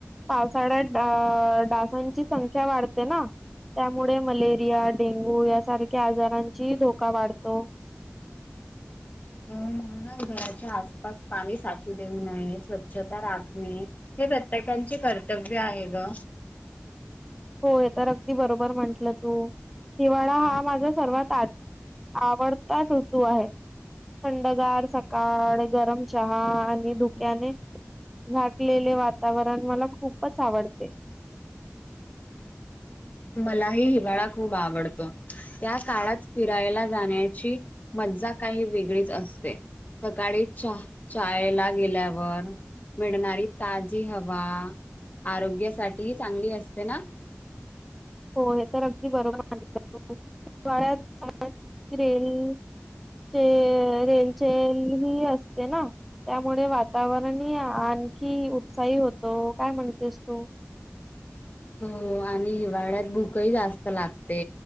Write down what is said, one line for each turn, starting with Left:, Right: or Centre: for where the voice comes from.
Centre: पावसाळ्यात डासांची संख्या वाढते ना त्यामुळे मलेरिया डेंगु डेंगु याारख्या आजाराची धोका वाढतो
Left: हम्म घराच्या आसपास पाणी साचू देऊ नये स्वच्छता राखणे हे प्रत्येका कर्तव्य आहे ग
Centre: होय तर अगदी बरोबर म्हंटलं तु हिवाळा हा माझा सर्वात आज आवडता ऋतू आहे थंडगार सकाळ गरम चहा आणि धुक्याने झाकलेले वातावरण मला खूपच आवडते
Left: मलाही हिवाळा खूप आवडतो त्या काळात फिरायला जाण्याची मजा काही वेगळीच असते सकाळी चायला गेल्यावर मिळणारी ताजी हवा आरोग्यासाठी ह चांगली असते ना
Centre: हो हे तर अगदी बरोबर हवाळ्यात <unintelligible> चे रेनचेन ही असते ना त्यामुळे वातावरणने आणखी उत्साही होतो काय म्हणतेस तू
Left: ह <inaudible> हो आणि हिवाळ्यात भूकही जास्त लागते